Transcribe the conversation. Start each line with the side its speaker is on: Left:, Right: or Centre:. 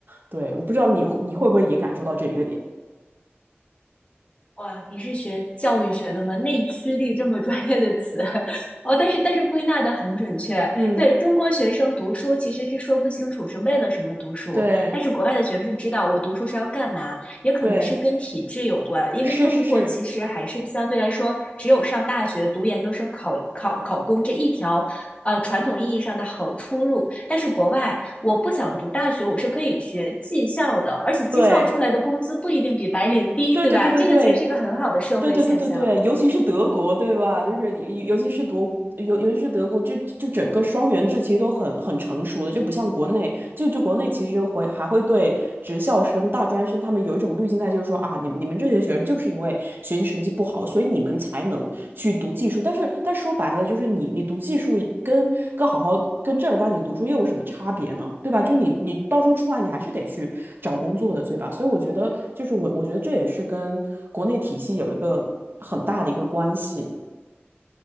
Right: 对，我不知道你你会不会也感受到这一个点。
Left: 哇，你是学教育学的吗？内驱力这么专业的词，<laughs> 哦，但是但是归纳的很准确。
Right: 嗯，
Left: 对，中国学生读书其实是说不清楚是为了什么读书，
Right: 对
Left: 但是国外的学生是知道我读书是要干嘛，也可能是跟体制有关，
Right: 对，
Left: 因为中国其实还是相对来说只有上大学、
Right: 是是是，
Left: 读研究生、考考考公这一条呃传统意义上的好出路。但是国外，我不想读大学，我是可以学技校的，而且技校出来的工资不一定比白领低，
Right: 对对对对对对，
Left: 对吧？这个其实是一个很好的社会现象。
Right: 对对对对对，尤其是德国，对吧？就是尤尤其是德，尤尤其是德国，就就整个双元制其实都很很成熟的，就不像国内，就就国内其实会还会对职校生、大专生他们有一种滤镜在，就是说啊，你你们这些学生就是因为学习成绩不好，所以你们才能去读技术。但是但说白了，就是你你读技术跟跟好好。跟正儿八经读书又有什么差别呢？对吧？就是你你到时候出来，你还是得去找工作的，对吧？所以我觉得，就是我我觉得这也是跟国内体系有一个很大的一个关系。